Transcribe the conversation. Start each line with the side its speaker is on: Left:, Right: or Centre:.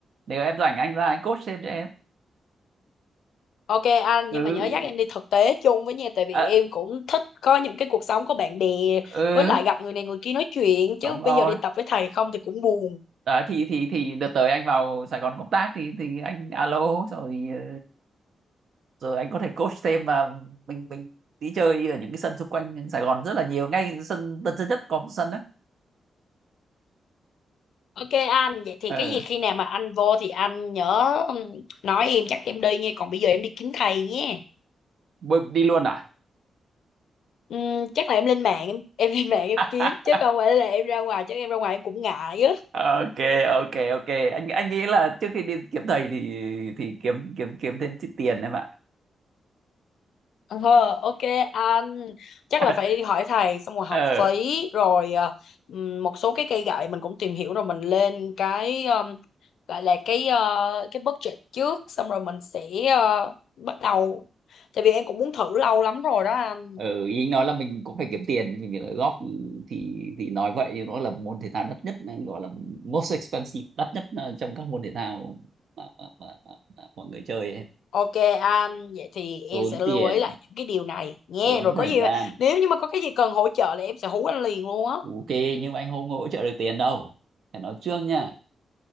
Right: nếu em rảnh anh ra anh coach thêm cho em
Left: Ok anh
Right: ừ
Left: nhưng mà nhớ dắt em đi thực tế chung với nha tại vì
Right: à,
Left: em cũng thích có những cái cuộc sống có bạn bè
Right: ừ
Left: với lại gặp người này người kia nói chuyện chứ
Right: đúng rồi
Left: bây giờ đi tập với thầy không thì cũng buồn.
Right: Đấy, thì thì thì đợt tới anh vào Sài Gòn công tác thì thì anh alo xong rồi ờ, rồi anh có thể coach thêm mà mình mình đi chơi ở những cái sân xung quanh Sài Gòn rất là nhiều ngay sân Tân Sơn Nhất có một sân đấy
Left: Ok anh vậy thì
Right: ừ.
Left: cái gì khi nào mà anh vô thì anh nhớ ừm, nói em chắc em đi nha còn bây giờ em đi kiếm thầy nhé.
Right: Bơi đi luôn à
Left: Ừm, chắc là em lên mạng em em lên mạng em
Right: <laughs>
Left: kiếm chứ không phải là em ra ngoài chứ em ra ngoài em cũng ngại á.
Right: ok ok ok anh anh nghĩ là trước khi đi kiếm thầy thì thì kiếm kiếm kiếm thêm chút tiền em ạ
Left: Ờ, ok anh chắc
Right: <laughs>
Left: là phải hỏi thầy xong rồi học
Right: ờ
Left: phí rồi ờ, ừm, một số cái cây gậy mình cũng tìm hiểu rồi mình lên cái ờm, gọi là cái ờ, cái budget trước xong rồi mình sẽ ờ, bắt đầu tại vì em cũng muốn thử lâu lắm rồi đó anh
Right: ừ, ý anh nói là mình cũng phải kiếm tiền mình phải góp thì thì nói vậy nó là môn thể thao đắt nhất gọi là most expensive đắt nhất ờ, trong các môn thể thao mà, mà, mà, mà, mà mọi người chơi ấy.
Left: ok anh vậy thì
Right: tốn
Left: em sẽ lưu
Right: tiền
Left: ý lại những cái điều này nghe
Right: tốn
Left: rồi
Right: thời
Left: có gì
Right: gian
Left: mà, nếu như mà có cái gì cần hỗ trợ là em sẽ hú anh liền luôn á
Right: ok nhưng mà anh không hỗ trợ được tiền đâu phải nói trước nha